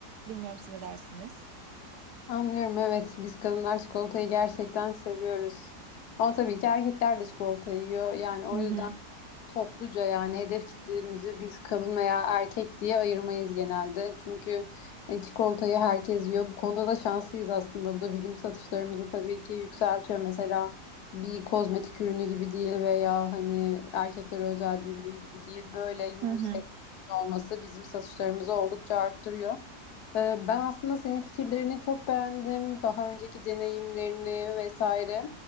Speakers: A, on the right; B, on the left.
A: Bilmiyorum siz ne dersiniz?
B: Anlıyorum evet biz kadınlar çikolatayı gerçekten seviyoruz. Ama tabii ki erkekler de çikolata yiyor. Yani o
A: Hı hı.
B: yüzden topluca yani hedef kitlemizi biz kadın veya erkek diye ayırmayız genelde. Çünkü e, çikolatayı herkes yiyor. Bu konuda da şanslıyız aslında. Bu da bizim satışlarımızı tabii ki yükseltiyor. Mesela bir kozmetik ürünü gibi değil veya hani erkeklere özel bir ürün gibi değil. Böyle
A: Hı
B: unisex
A: hı.
B: olması bizim satışlarımızı oldukça arttırıyor. Ee, Ben aslında senin fikirlerini çok beğendim. Daha önceki deneyimlerini vesaire.